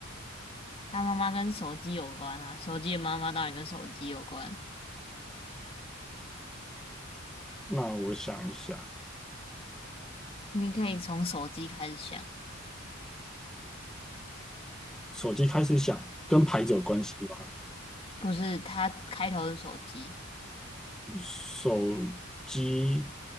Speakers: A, on the left (about 25°); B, in the centre.
A: 她妈妈跟手机有关啊，手机的妈妈当然跟手机有关。
B: 那我想一下，
A: 你可以从手机开始想。
B: 手机开始响，跟牌子有关系吧？
A: 不是，他开头是手机。
B: 手机，